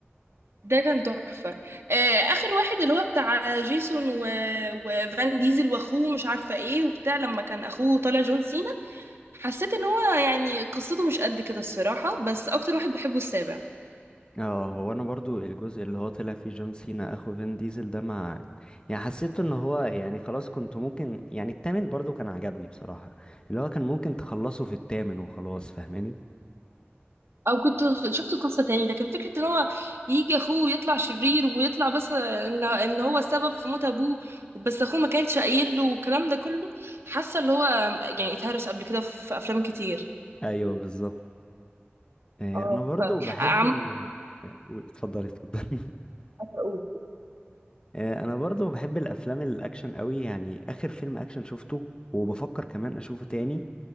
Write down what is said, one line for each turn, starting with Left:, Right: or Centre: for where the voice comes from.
Right: ده كان تحفة آه، آخر واحد اللي هو بتاع جيسون و... وفان ديزل وأخوه مش عارفة إيه وبتاع لما كان أخوه طالع جون سينا حسيت إن هو يعني قصته مش قد كده الصراحة بس أكتر واحد بحبه السابع
Left: اه هو انا برضو الجزء اللي هو طلع فيه جون سينا اخو فين ديزل ده مع يعني حسيته ان هو يعني خلاص كنت ممكن يعني التامن برضو كان عجبني بصراحة اللي هو كان ممكن تخلصه في التامن وخلاص فاهماني
Right: أو كنت ف- شفته في قصة تاني لكن فكرة إن هو يجي أخوه ويطلع شرير ويطلع بس إن إن هو السبب في موت أبوه بس أخوه ما كانش قايل له والكلام ده كله حاسة اللي هو يعني اتهرس قبل كده في أفلام كتير
Left: ايوه بالظبط آه
Right: اه
Left: انا برضو
Right: ف
Left: بحب
Right: عم
Left: ال آه، قول- اتفضلي اتفضلي <laughs>
Right: أقول
Left: آه انا برضو بحب الافلام الاكشن قوي يعني اخر فيلم اكشن شفته وبفكر كمان اشوفه تاني